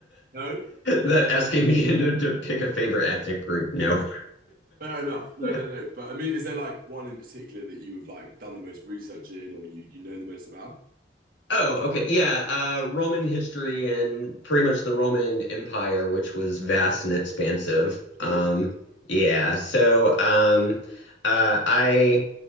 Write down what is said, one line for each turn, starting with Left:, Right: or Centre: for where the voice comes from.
Right: No?
Left: That asking me to, to pick a favorite ethnic group. No.
Right: Fair enough. No, no,
Left: <laughs>
Right: no. But I mean, is there like one in particular that you have like done the most research in or you you know the most about?
Left: Oh, okay. Yeah. Uh, Roman history and pretty much the Roman Empire, which was vast and expansive.
Right: Sure.
Left: Um, yeah. So um, uh, I